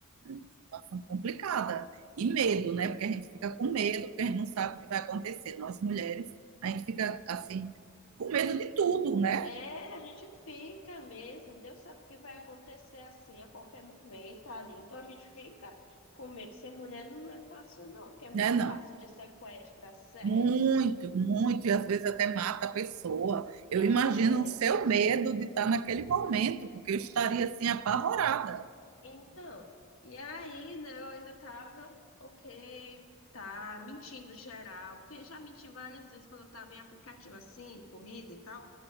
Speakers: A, on the right; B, on the left.
A: É uma situação complicada. E medo, né? Porque a gente fica com medo, porque a gente não sabe o que vai acontecer. Nós mulheres, a gente fica assim, com medo de tudo, né?
B: É, a gente fica mesmo, Deus sabe o que vai acontecer assim a qualquer momento ali. Então a gente fica com medo. Ser mulher não é fácil, não, porque é muito
A: Né, não?
B: caso de sequestro, assédio.
A: Muito, muito, e às vezes até mata a pessoa. Eu
B: É.
A: imagino o seu medo de estar naquele momento, porque eu estaria assim apavorada.
B: Então, e aí, né, eu ainda tava, ok, tá mentindo geral, porque já menti várias vezes quando eu tava em aplicativo assim, corrida e tal.